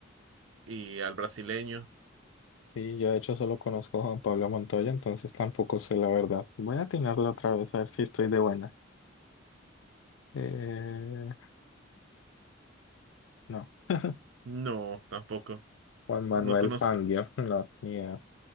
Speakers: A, on the right; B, on the left.
A: y al brasileño.
B: Sí, yo de hecho solo conozco a Juan Pablo Montoya, entonces tampoco sé la verdad. Voy a atinarlo otra vez a ver si estoy de buena. Eh, no. <laughs>
A: No, tampoco.
B: Juan Manuel
A: No conozco.
B: Fangio, <laughs> no, ni idea.